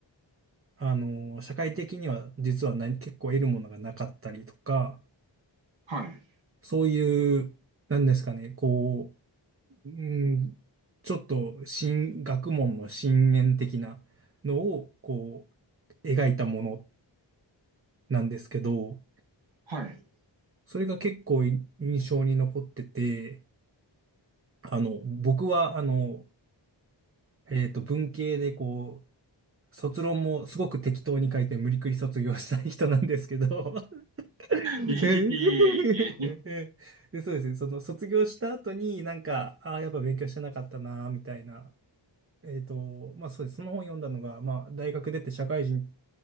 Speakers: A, on the right; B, on the right.
A: あの、社会的には実は何、結構得るものがなかったりとか、
B: はい、
A: そういう、なんですかね、こう、うん、ちょっと新、学問の深淵的なのを、こう、描いたものなんですけど、
B: はい。
A: それが結構い印象に残ってて、あの、僕は、あの、えっと、文系でこう、卒論もすごく適当に書いて無理くり卒業したい人なんですけど <laughs>
B: いい、
A: で、そうですね。その卒業した後になんか、ああ、やっぱ勉強してなかったな、みたいな。えっと、まあそうです。その本読んだのが、まあ大学出て社会人